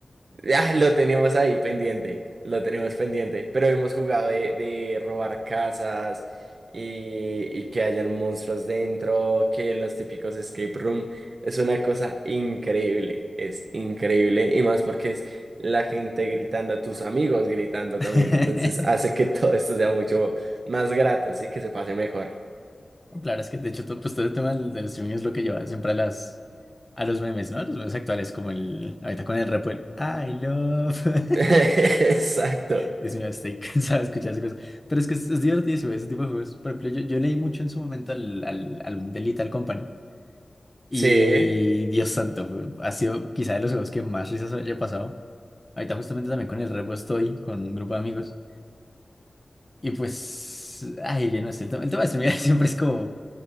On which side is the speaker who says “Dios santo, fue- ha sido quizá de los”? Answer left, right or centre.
Left